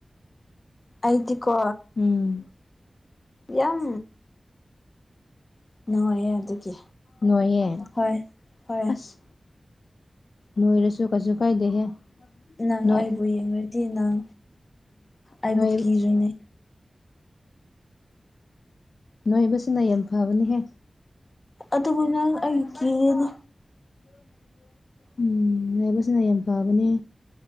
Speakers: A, on the left (about 40°); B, on the left (about 70°).
A: ꯑꯩꯗꯤꯀꯣ
B: ꯎꯝ
A: ꯌꯥꯝ ꯅꯨꯡꯉꯥꯏꯌꯦ ꯑꯗꯨꯒꯤ
B: ꯅꯣꯏꯍꯦ
A: ꯍꯣꯏ ꯍꯣꯏ
B: ꯑꯁ ꯅꯣꯏꯔꯁꯨ ꯀꯩꯁꯨ ꯀꯥꯏꯗꯦꯍꯦ
A: ꯅꯪ
B: ꯅꯣꯏ
A: ꯑꯩꯕꯨ ꯌꯦꯡꯨꯔꯗꯤ ꯅꯪ ꯑꯩꯕꯨ
B: ꯅꯣꯏ
A: ꯀꯤꯔꯣꯏꯅꯦ
B: ꯅꯣꯏꯕꯁꯤꯅ ꯌꯥꯝ ꯐꯕꯅꯤꯍꯦ
A: ꯑꯗꯨꯕꯨ ꯅꯪ ꯑꯩ ꯀꯒꯅꯤ
B: <unintelligible> ꯎꯝ ꯂꯕꯁꯤꯅ ꯌꯥꯝ ꯐꯕꯅꯦ